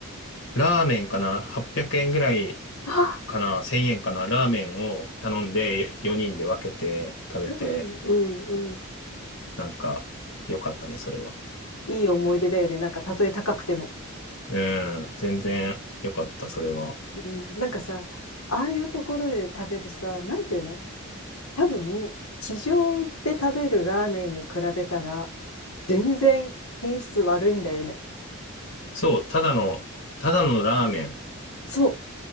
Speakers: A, on the left (about 65°); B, on the left (about 85°).
A: ラーメンかな ?800 円ぐらい
B: あ、
A: かな ?1000 円かなラーメンを頼んで4人で分けて食べて、
B: うん、うん、うん。
A: なんか良かったね、それは。
B: いい思い出だよね。なんか、たとえ高くても。
A: うん、全然良かった、それは。
B: うん、なんかさ、ああいうところで食べるさ、なんていうの多分、地上で食べるラーメンに比べたら、全然品質悪いんだよね。
A: そう、ただの、ただのラーメン。
B: そう。